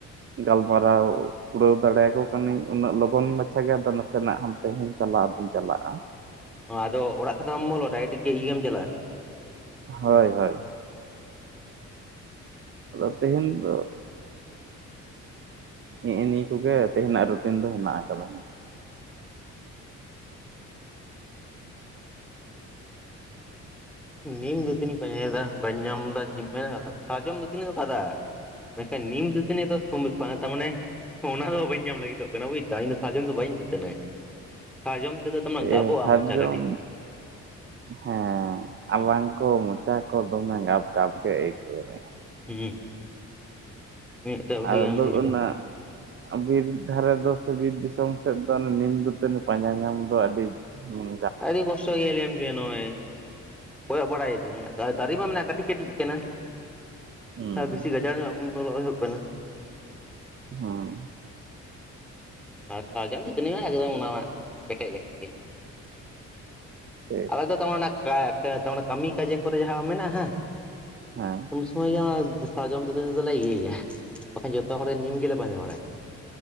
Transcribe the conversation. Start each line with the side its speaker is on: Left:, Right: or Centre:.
Right: ᱜᱟᱞᱢᱟᱨᱟᱣ ᱠᱩᱲᱟᱹᱣ ᱫᱟᱲᱮᱭᱟᱠᱚ ᱠᱟᱹᱱᱟᱹᱧ ᱩᱱᱟᱹᱜ ᱞᱚᱜᱚᱱ ᱢᱟᱪᱷᱟ ᱜᱮ ᱟᱫᱚ ᱱᱟᱥᱮᱱᱟᱜ ᱦᱚᱸ ᱛᱮᱦᱮᱧ ᱪᱟᱞᱟᱣ ᱫᱚᱧ ᱪᱟᱞᱟᱜᱼᱟ
Centre: ᱚ ᱟᱫᱚ ᱚᱲᱟᱜ ᱥᱟᱶᱛᱮ ᱵᱟᱢ ᱵᱚᱞᱚ ᱰᱟᱭᱨᱮᱠᱴ ᱜᱮ ᱤᱭᱟᱹ ᱜᱮᱢ ᱪᱟᱞᱟᱜᱼᱟ
Right: ᱦᱚᱭ ᱦᱚᱭ ᱟᱫᱚ ᱛᱮ ᱦᱤᱧ ᱫᱚ ᱱᱮᱜᱼᱮ ᱱᱤᱭᱟᱹ ᱠᱚᱜᱮ ᱛᱮᱦᱮᱧᱟᱜ ᱨᱩᱴᱤᱱ ᱫᱚ ᱦᱮᱱᱟᱜ ᱟᱠᱟᱫᱟ
Centre: ᱱᱤᱢ ᱫᱟᱹᱛᱟᱹᱱᱤᱧ ᱯᱟᱸᱡᱟᱭᱮᱫᱟ ᱵᱟᱹᱧ ᱧᱟᱢ ᱮᱫᱟ ᱪᱮᱫ ᱢᱮᱱ ᱥᱟᱨᱡᱚᱢ ᱫᱟᱹᱛᱟᱹᱱᱤᱧ ᱫᱚ ᱠᱟᱫᱟ ᱢᱮᱱᱠᱷᱟᱱ ᱱᱤᱢ ᱫᱟᱹᱛᱟᱹᱱᱤ ᱫᱚ ᱥᱚ ᱵᱟᱝ ᱛᱟᱨᱢᱟᱱᱮ ᱚᱱᱟ ᱫᱚ ᱵᱟᱹᱧ ᱧᱟᱢ ᱞᱟᱹᱜᱤᱫᱚᱜ ᱵᱩᱡ ᱮᱫᱟ ᱤᱧ ᱫᱚ ᱥᱟᱨᱡᱚᱢ ᱫᱚ ᱵᱟᱹᱧ ᱫᱟᱹᱛᱟᱹᱱᱤ ᱥᱟᱨᱡᱚᱢ ᱛᱮᱫᱚ ᱛᱟᱢᱟ ᱜᱟᱵᱚᱜᱼᱟ
Right: ᱮ ᱥᱟᱨᱡᱚᱢ
Centre: ᱢᱚᱪᱟ ᱠᱟᱹᱴᱤᱡ
Right: ᱦᱮᱸ ᱟᱨ ᱵᱟᱝᱠᱚ ᱢᱚᱪᱟ ᱠᱚ ᱫᱚᱢᱮ ᱜᱟᱯ-ᱜᱟᱯ ᱜᱮ ᱟᱹᱭᱠᱟᱹᱣᱟᱹ
Centre: ᱦᱩᱸ ᱢᱤᱫᱴᱟᱜ ᱵᱷᱟᱜᱮ
Right: ᱟᱫᱚ
Centre: ᱵᱟᱢ ᱦᱩᱡᱩᱜᱼᱟ
Right: ᱚᱱᱟ ᱵᱤᱨ ᱫᱷᱟᱨᱮ ᱫᱚ ᱥᱮ ᱵᱤᱨ ᱫᱤᱥᱚᱢ ᱥᱮᱫ ᱫᱚ ᱱᱤᱢ ᱫᱟᱹᱛᱟᱹᱱᱤ ᱯᱟᱸᱡᱟ ᱧᱟᱢ ᱫᱚ ᱟᱹᱰᱤ ᱦᱩᱸ
Centre: ᱟᱹᱰᱤ ᱠᱚᱥᱴᱚ ᱜᱮᱭᱟ ᱞᱟᱹᱭᱟᱢ ᱠᱟᱱᱟ ᱱᱚᱼᱚᱭ ᱠᱚᱭᱚᱜ ᱵᱟᱲᱟᱭᱤᱫᱤᱧᱟᱹ ᱫᱟᱨᱮ ᱢᱟ ᱢᱮᱱᱟᱜᱼᱟ ᱠᱟᱹᱴᱤᱡ ᱠᱟᱹᱴᱤᱡ ᱠᱟᱱᱟ
Right: ᱦᱩᱸ
Centre: ᱵᱮᱥᱤ ᱵᱟᱡᱟᱲ <inaudible> ᱧᱚᱜ ᱵᱚᱞᱚᱜ ᱦᱩᱭᱩᱜ ᱠᱟᱱᱟ।
Right: ᱦᱟᱸ
Centre: ᱟᱨ ᱥᱟᱨᱡᱚᱢ ᱫᱚ ᱛᱤᱱᱟᱹᱜ ᱮᱠᱫᱚᱢ ᱚᱱᱟ ᱢᱟ ᱯᱮᱴᱮᱡ ᱞᱮᱠᱷᱟᱱ ᱜᱮ
Right: ᱥᱮ
Centre: ᱟᱞᱮ ᱫᱚ ᱛᱟᱨ ᱚᱱᱟ ᱠᱟᱹᱢᱤ ᱠᱟᱡᱮ ᱠᱚᱨᱮ ᱡᱟᱦᱟᱸ ᱢᱮᱱᱟᱜᱼᱟ
Right: ᱦᱮᱸ
Centre: ᱩᱱ ᱥᱚᱢᱚᱭ ᱜᱮ ᱚᱱᱟ ᱥᱟᱨᱡᱚᱢ ᱫᱚ ᱫᱟᱹᱛᱟᱹᱱᱤ ᱫᱚᱞᱮ ᱤᱭᱟᱹᱭᱟ ᱵᱟᱠᱷᱟᱱ ᱡᱚᱛᱚ ᱦᱚᱲ ᱜᱮ ᱱᱤᱢ ᱜᱮᱞᱮ ᱯᱟᱸᱡᱟ ᱵᱟᱲᱟᱭ ᱜᱮᱟ